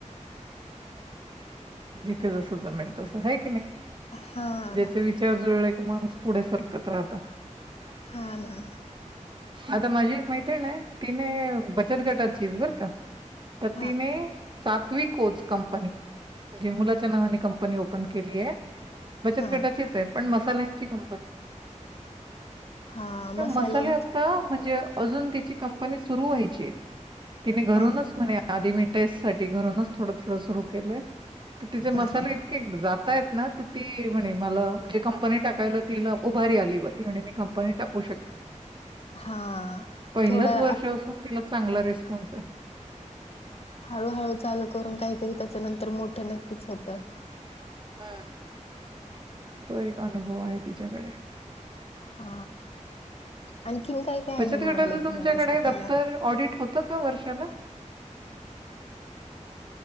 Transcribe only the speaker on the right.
जिथे जस जमेल तस आहे की नाही
ज्याचा विचार जुळ माणूस पुढे सरकत राहत
आता माझी एक माैत्री ना तिने बचत गटाचीच बरं का ततीने
सातवी कोच कंपनी म्हणजेलाच्या ना कंपनी ओपन केली आहे बचत
गटाचीच आहे पण मसाल्या प त म
आ म्हण अजून तिची कंपनी सुरू व्हायची तिने घरूनच
म्हणे आधी मी टेस्ट सा घरूनच थोडं थोडं सुरु केलंय त तिचे
मसाले इतके जाताय ना त ती म्हणे म म्हणे कंपनी टाकाय तिला भारी आली बघ त म्ह ंपनी टाकू शकेल
पहि
वर्षून ति चांगला रिस्पॉन्स आहे
ह तो एक अनुभव आहे तिच्याकडे
बचत
गटाचं
तुमच्याकडे
दप्तर ऑडिट होतं का वर्षाला?